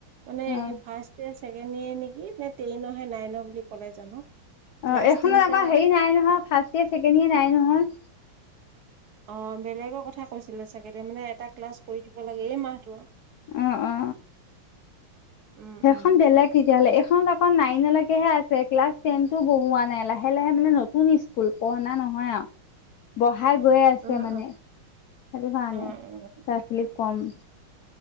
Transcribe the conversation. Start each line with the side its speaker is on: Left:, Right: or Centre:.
Right: মানে
Left: অ',
Right: এই ফাৰ্ষ্ট ইয়েৰ ছেকেণ্ড ইয়েৰ নেকি নে টেইনহে নাইনৰ বুলি ক'লে জানো ক্লাছ
Left: অ এইখনত
Right: তিনটা
Left: আকৌ হেৰি নাই নহয় ফাৰ্ষ্ট ইয়েৰ ছেকেণ্ড ইয়েৰ নাই নহয়
Right: অ বেলেগৰ কথা কৈছিলে চাগে দেই মানে এটা ক্লাছ কৰি দিব লাগে এই মাহটো
Left: অঁ অ
Right: উম
Left: সেইখন
Right: উম
Left: বেলেগ তেতিয়াহ'লে এইখন আকৌ নাইনলকেহে আছে ক্লাছ টেনটো বহোৱা নাই লাহে লাহে মানে নতুন স্কুল পঢ়না নহয় আৰু ভাই গৈয়ে আছে
Right: উম
Left: মানে সেইটো
Right: উম
Left: কাৰণে ল'ৰা
Right: উম উম
Left: ছোৱালী কম